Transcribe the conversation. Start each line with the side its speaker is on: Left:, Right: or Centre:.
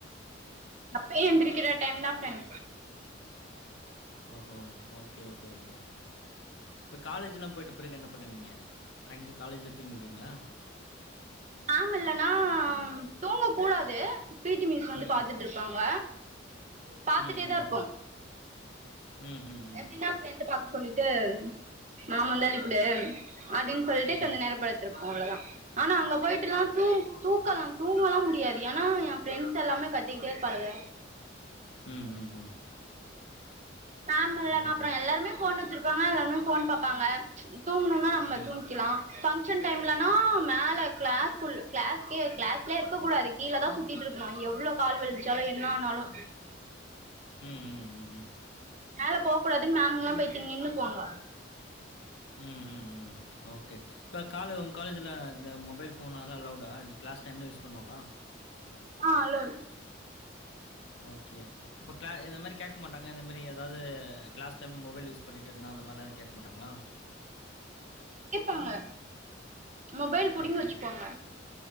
Right: அப்பே எந்திரிக்கிற டைம் தா ப்ரெண்
Left: ஓஹோ ஓகே ஓகே ஓகே இப்போ காலேஜ்லா போய்ட்ட பிறகு என்ன பண்ணுவீங்க அங்கே காலேஜில தூங்கிடுவீங்களா
Right: மேம் இல்லனா தூங்க கூடாது பீடி மீஸ் வந்து
Left: ம்.
Right: பாத்துட்டு இருப்பாங்க பாத்துட்டே
Left: ம், ம்,
Right: தா இருப்போ
Left: ம். ம் ம் ம்.
Right: எப்டின்னா பிரின்ட்ட பாக்க சொல்லிட்டு நாம வந்து பின்டு <unintelligible> சொல்ட்டு
Left: ம்.
Right: கொஞ்ச நேரோ படுத்திருப்போ அவ்ளோதா ஆனா அங்க போயிட்டு எல்லா தூ தூக்கலா தூங்கலா முடியாது ஏனா என் ஃப்ரெண்ட்ஸ் எல்லாமே கத்திக்கிட்டே இருப்பாளுங்க
Left: ம் ம், ம்.
Right: மேம் இல்லனா
Left: ஓகே.
Right: அப்றோ எல்லாமே ஃபோன் வச்சிருப்பாங்க எல்லாருமே ஃபோன் பாப்பாங்க தூங்கணு நம்மள
Left: ம். ம்,
Right: தூங்கிக்லா பங்க்ஷன் டைம்லனா மேல கிளாஸ்கு கிளாஸ்க்யே கிளாஸ்லே இருக்க கூடாது கீழ தா சுத்திட்டு இருக்கணு எவ்ளோ கால் வழிச்சாலு என்ன ஆனாலு
Left: ம், ம், ம்.
Right: மேல போக கூடாதுன்னு மேம் எல்லா போயிட்டு நின்னுப்பாங்க
Left: ம் ம் ம் ஓகே இப்போ கால உங்க காலேஜில இந்த மொபைல் ஃபோன் எல்லா அலவுடா எனக்கு கிளாஸ் டைம்ல யூஸ் பண்வாங்களா
Right: ஆ அலோட்
Left: ஓகே அப்ப கிள என்ன மாரி கேக் க்க மாட்டங்க இந்த மாரி ஏதாவது கிளாஸ் டைம் மொபைல் யூஸ் பண்ணிட்டு இருந்தா அந்த மாரிலா வந்து கேக்க மாட்டாங்களா
Right: கேப்பாங்க மொபைல் புடிங்கி
Left: ஓகே.
Right: வச்சுப்பாங்க